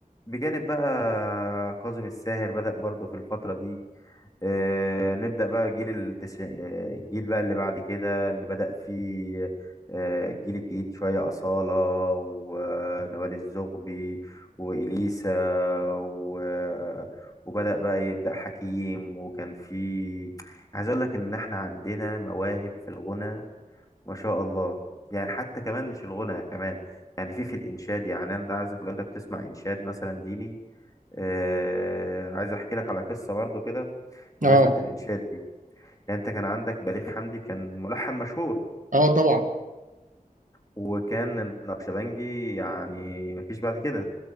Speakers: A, on the left; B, on the right.
A: بجانب بقى كاظم الساهر بدأ برضه في الفترة دي آه، نبدأ بقى جيل التسع... آه، الجيل بقى اللي بعد كده اللي بدأ فيه آه، الجيل الجديد شوية أصالة ونوال الزغبي وإليسا و... وبدأ بقى يبدأ حكيم وكان في عايز أقول لك إن إحنا عندنا مواهب في الغنى ما شاء الله يعني حتى كمان مش الغنى كمان يعني في في الإنشاد يعني أنت عايزك لو أنت بتسمع إنشاد مثلا ديني آه، عايز أحكي لك على قصة برضو كده بمناسبة
B: اه
A: الإنشاد دي يعني أنت كان عندك بليغ حمدي كان ملحن مشهور
B: اه طبعا
A: وكان النقشبنجي يعني مفيش بعد كده